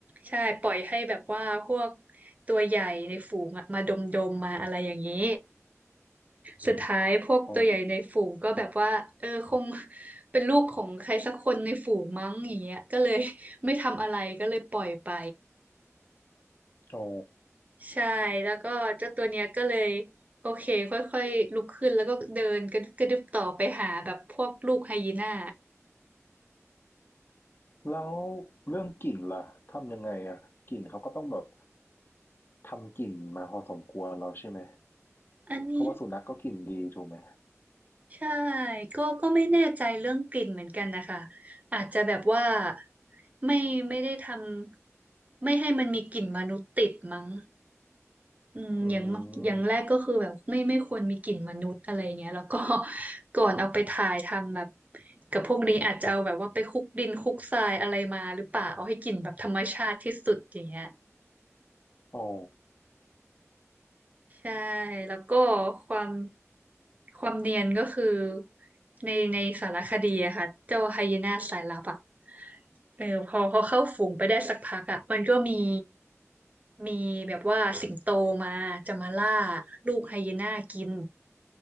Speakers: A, on the right (about 30°); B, on the left (about 45°).
A: ใช่ปล่อยให้แบบว่าพวกตัวใหญ่ในฝูงอะมาดมดมมาอะไรอย่างนี้สุดท้ายพวกตัวใหญ่ในฝูงก็แบบว่าเออคง
B: อ๋อ
A: เป็นลูกของใครสักคนในฝูงมั้งอย่างเงี้ยก็เลยไม่ทำอะไรก็เลยปล่อยไป
B: อ๋อ
A: ใช่แล้วก็เจ้าตัวเนี้ยก็เลยโอเคค่อยๆลุกขึ้นแล้วก็เดินกระดึบกระดึบต่อไปหาแบบพวกลูกไฮยีน่า
B: แล้วเรื่องกลิ่นล่ะทำยังไงอะกลิ่นเขาก็ต้องแบบทำกลิ่นมาพอสมควรแล้วใช่ไหม
A: <laughs> อันนี้
B: เพราะว่าสุนัขก็กลิ่นดีถูกไหม
A: ใช่ก็ก็ไม่แน่ใจเรื่องกลิ่นเหมือนกันนะคะอาจจะแบบว่าไม่ไม่ได้ทำไม่ให้มันมีกลิ่นมนุษย์ติดมั้ง อืมอย่างมากอย่างแรกก็คือแบบไม่ไม่ควรมีกลิ่นมนุษย์อะไรเงี้ยแล้วก็
B: อืม
A: <laughs> ก่อนเอาไปถ่ายทำแบบกับพวกนี้อาจจะเอาแบบว่าไปคลุกดินคลุกทรายอะไรมาหรือเปล่าเอาให้กลิ่นแบบธรรมชาติที่สุดอย่างเงี้ย
B: อ๋อ
A: ใช่แล้วก็ความความเนียนก็คือในในสารคดีอะค่ะเจ้าไฮยีน่าสายลับอะเออพอพอเข้าฝูงไปได้สักพักอะมันก็มีมีแบบว่าสิงโตมาจะมาล่าลูกไฮยีน่ากิน